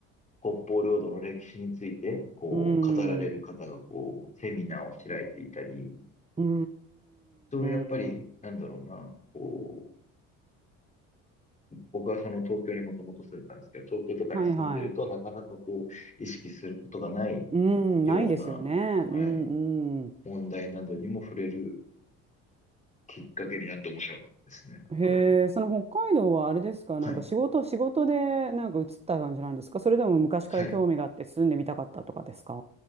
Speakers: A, on the left; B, on the right.
A: 北方領土の歴史について、こう、
B: うん。
A: 語られる方が、こう、セミナーを開いていたり、
B: うー
A: そういうやっぱり、
B: ん。
A: なんだろうな、こう、僕はその東京にもともと住んでたんですけど、東京とかに住んでると、
B: はいはい。
A: なかなかこう、意識することがない
B: うーん、
A: ような、
B: ないですよね。
A: はい、
B: うんうん。
A: 問題などにも触れるきっかけになって面白かったですね、
B: へえ、
A: こういうのは。
B: その北海道はあれですか、
A: はい。
B: なんか仕事、仕事でなんか移った感じなんですかそれでも昔から興味があって住んでみたかったとかですか
A: はい。